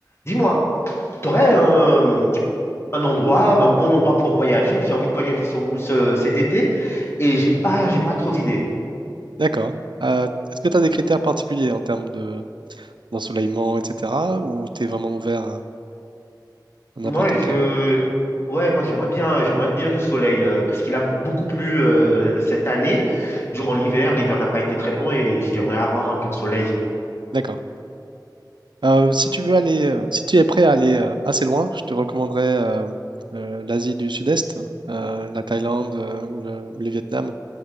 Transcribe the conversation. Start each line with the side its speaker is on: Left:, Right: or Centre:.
Left: Dis-moi, t'aurais un, un endroit, un bon endroit pour voyager? J'ai envie de voyager ce- ce- cet été et j'ai pas, j'ai pas trop d'idées.
Right: D'accord. Euh, est-ce que tu as des critères particuliers en termes de d'ensoleillement, etc., ou t'es vraiment ouvert à, à n'importe
Left: Moi, je,
Right: quel?
Left: ouais, moi j'aimerais bien, j'aimerais bien du soleil euh, parce qu'il a beaucoup plu euh, cette année durant l'hiver. L'hiver n'a pas été très bon et j'aimerais avoir un peu de soleil.
Right: D'accord. Euh, si tu veux aller, euh, si tu es prêt à aller euh, assez loin, je te recommanderais euh, euh, l'Asie du Sud-Est, euh, la Thaïlande euh, ou le, ou le Vietnam,